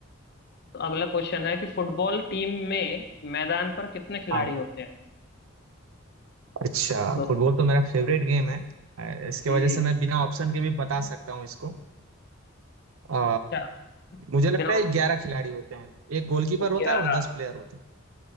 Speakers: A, on the left (about 50°); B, on the right (about 80°).
A: तो अगला क्वेश्चन है कि फुटबॉल टीम में मैदान पर कितने खिलाड़ी
B: हाँ
A: होते हैं
B: अच्छा
A: तो
B: फुटबॉल तो मेरा फेवरेट गेम है अ, इसके
A: ये
B: वजह से मैं बिना ऑप्शन के भी बता सकता हूँ इसको अ,
A: क्या
B: मुझे लगता
A: बिना
B: है
A: ऑप्शन
B: ग्यारह खिलाड़ी होते हैं एक गोलकीपर होता
A: ग्यारह
B: है और दस प्लेयर होते हैं